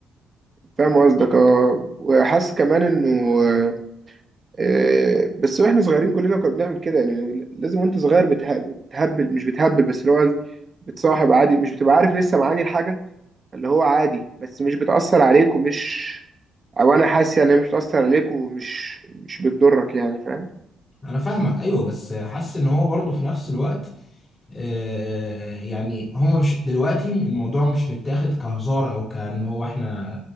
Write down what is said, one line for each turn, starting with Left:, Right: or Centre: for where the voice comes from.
Right: فاهم قصدك اه وحاسس كمان انه آه، آه، بس واحنا صغيرين كلنا كنا بنعمل كده يعني لازم وانت صغير بتها- بتهبل مش بتهبل بس اللي هو بتصاحب عادي مش بتبقى عارف لسه معاني الحاجة اللي هو عادي بس مش بتأثر عليك ومش او انا حاسس يعني مش بتأثر عليك ومش مش بتضرك يعني فاهم
Left: انا فاهمك ايوه بس حاسس ان هو برضه في نفس الوقت آه، يعني هما مش دلوقتي الموضوع مش متاخد كهزار او كأن هو احنا